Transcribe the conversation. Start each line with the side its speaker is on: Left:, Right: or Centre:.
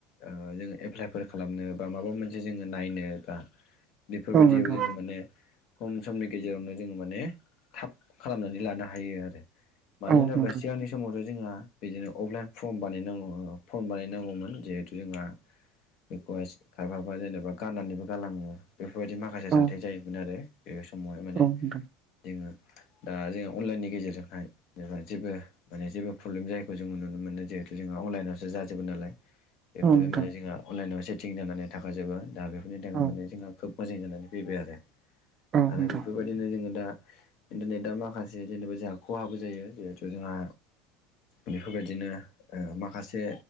Left: ओ जोङो एप्लाइफोर खालामनो बा माबा मोनसे जोङो नायनो बा बेफोरबायदियाव
Right: औ नोंथां
Left: जोङो माने खम समनि गेजेरावनो जोङो माने थाब खालामनानै लानो हायो आरो मानो
Right: औ
Left: होनोब्ला
Right: नोंथां
Left: सिगांनि समावथ' जोंहा बिदिनो अफलाइन फर्म बानायनांगौ फर्म बानायनांगौमोन। जिहेथु जोंहा बेखौहाय खायफाबा जेनेबा गाननानैबो गालाङो बेफोरबायदि माख खासे
Right: औ
Left: जाथाय जायोमोन आरो बे समावहाय माने
Right: औ नोंथां
Left: जोङो दा जोंङो अनलाइननि गेजेरजोंहाय नोंहा जेबो माने जेबो प्रब्लेम जायैखौ जों नुनो मोनो जिहेथु जोंहा अनलाइनावसो जोबो नालाय। बेफोरहाय
Right: औ नोंथां
Left: माने जोंहा अनलाइनाव सेथिं जानानै थाखाजोबो दा बेफोरनि थाखाय
Right: औ
Left: माने जोंहा खोब मोजां जानानै फैबाय आरो
Right: औ नोंथां
Left: आरो बेफोरबायदिनो जोङो दा इन्टारनेटआ माखासे जेनेबा जोंहा खहाबो जायो जिहेथु जोंहा बेफोरबायदिनो ओ माखासे